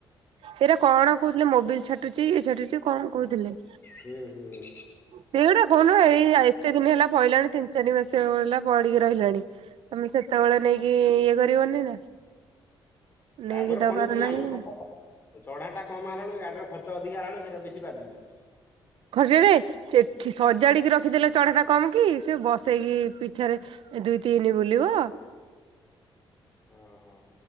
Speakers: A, on the right; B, on the left.
A: ସେଇଟା କଣ କହୁଥିଲେ ମୋଵିଲି ଛାଟୁଛି ଇଏ ଛାଟୁଛି କଣ କହୁଥିଲେ।
B: ହୁଁ ହୁଁ
A: ସେଇଗୁଟା କହୁନୁ ଏଇ ଏତେ ଦିନ ହେଲା ପହିଲାଣି ତିନି ଚାରି ମାସଲା ହେଲା ପଡିକି ରହିଲାଣି। ତମେ ସେତେବେଳେ ନେଇକି ଇଏ କରିବନି ନା ନେଇକି
B: ତାପରେ
A: ଦବାର
B: କଣ କି
A: ନାହିଁ
B: ଆମ
A: ନା
B: ଚଢା ଟା କମ ହେଲା ଵେଳକୁ ଗାଡିର ଖର୍ଚ୍ଚ ଅଧିକ ହେଲା ବେଳକୁ ସେଇଟା ବେଶୀ ବାଧୁଛି।
A: ଖର୍ଚ୍ଚ ଯେ ସେଠି ସଜାଡିକି ରଖିଦେଲେ ଚଢା ଟା କମ କିି ସେ ବସେଇକି ପିଛାରେ ଦୁଇ, ତିନି ବୁଲିବ
B: ଓଁ ହଁ